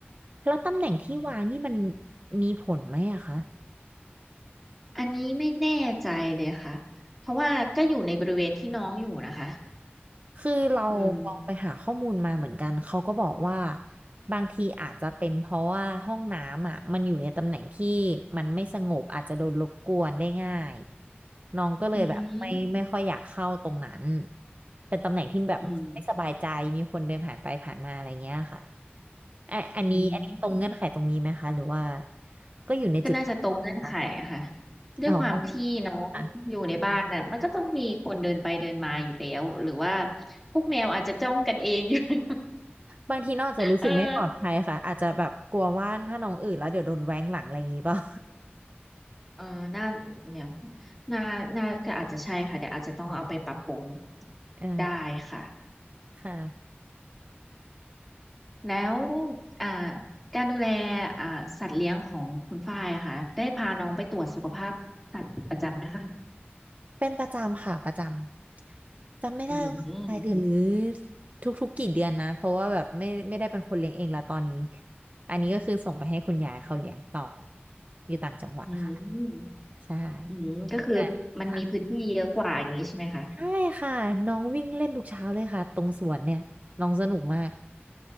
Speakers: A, on the right (about 40°); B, in the centre.
A: แล้วตำแหน่งที่วางนี่มัน
B: อืม
A: มีผลไหมอะคะ
B: อันนี้ไม่แน่ใจเลยค่ะเพราะว่าก็อยู่ในบริเวณที่น้องอยู่นะคะ
A: คือเราลองไปหาข้อมูลมาเหมือนกันเขาก็บอกว่า
B: อืม
A: บางทีอาจจะเป็นเพราะว่าห้องน้ำอ่ะมันอยู่ในตำแหน่งที่มันไม่สงบอาจจะโดนรบกวนได้ง่ายน้องก็เลยแบบไม่ไม่ค่อยอยากเข้าตรงนั้น
B: อืม
A: เป็นตำแหน่งที่แบบไม่สบายใจมีคนเดินผ่านไปผ่านมาอะไรเงี้ยค่ะ
B: อืม
A: อ่ะอันนี้อันนี้ตรงเงื่อนไขตรงนี้ไหมคะหรือว่า
B: อืม
A: ก็อยู่ในจุดที่
B: ก็น่าจะตรงเงื่อนไขอะค่ะ
A: แล้ว
B: ด้วยความที่น้องอยู่ในบ้านน่ะมันก็ต้องมีคนเดินไปเดินมาอยู่แล้ว
A: อ๋อค่ะ
B: หรือว่าพวกแมวอาจจะจ้องกันเองอยู่ <laughs>
A: บางทีน้องอาจจะรู้สึกไม่ปลอดภัยค่ะอาจจะแบบกลัวว่าถ้าน้องอื่นแล้วเดี๋ยวโดนแว้งหลังอะไรอย่างงี้เปล่า
B: เออเออน่าเนี่ยน่าน่าก็อาจจะใช่ค่ะเดี๋ยวอาจจะต้องเอาไปปรับปรุง
A: <laughs> เออ
B: ได้ค่ะ
A: ค่ะ
B: แล้วอ่าการดูแลอ่าสัตว์เลี้ยงของคุณฝ้ายอะค่ะได้พาน้องไปตรวจสุขภาพสัตว์ประจำไหมคะ
A: เป็นประจำค่ะประจำจำไม่ได้ว่ารายเดือนหรือ
B: อืม
A: ทุกๆกี่เดือนนะเพราะว่าแบบไม่ไม่ได้เป็นคนเลี้ยงเองแล้วตอนนี้อันนี้ก็คือส่งไปให้คุณยายเขาเลี้ยงต่ออยู่ต่างจังหวัดค่ะ
B: อืม
A: ใช่
B: อืมก็คือมันมีพื้นที่เยอะกว่าอย่างนี้ใช่ไหมคะ
A: แต่ค่ะใช่ค่ะน้องวิ่งเล่นทุกเช้าเลยค่ะตรงสวนเนี่ยน้องสนุกมาก